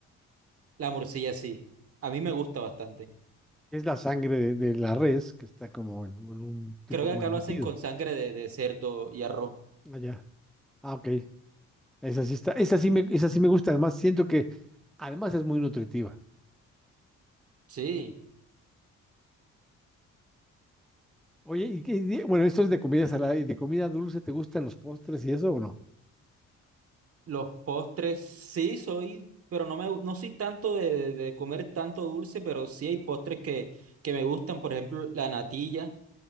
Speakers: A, on the right; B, in the centre.
A: la morcilla sí. A mí me gusta bastante.
B: es la sangre de, de la res que está como en, en un tipo
A: Creo que
B: como
A: acá
B: embutido.
A: lo hacen con sangre de, de cerdo y arroz.
B: Allá. Ah, ok. Esa sí está, esa sí me, esa sí me gusta. Además, siento que además es muy nutritiva.
A: Sí,
B: Oye, y, qué- y- bueno, esto es de comida salada y de comida dulce, ¿te gustan los postres y eso o no?
A: los postres sí soy, pero no me, no soy tanto de, de de comer tanto dulce, pero sí hay postres que, que me gustan, por ejemplo, la natilla.